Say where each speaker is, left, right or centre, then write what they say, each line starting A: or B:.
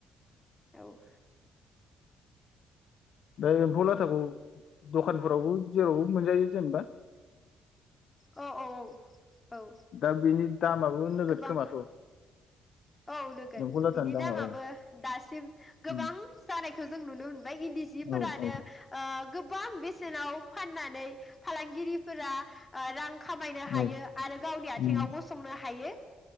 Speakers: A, on the left; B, on the left.
A: औ।
B: बे एम्फौ लाथाखौ दखानफोरावबो जेरावबो मोनजायो जेनबा।
A: औऔ औ औ
B: दा बेनि दामाबो नोगोद
A: गोबां
B: खोमाथ' औ
A: औ नोगोन
B: एम्फौ लाथानि
A: बिनि
B: दामा
A: दामाबो
B: औ
A: दासिम गोबां
B: उम
A: जानायखौ जों नुनो मोनबाय इन्दि सिफोरानो
B: औ औ
A: ओ गोबां बेसेनाव फाननानै फालांगिरिफोरा ओ रां खामायनो हायो
B: औ
A: आरो गावनि आथिङाव
B: उम
A: गसंनो हायो।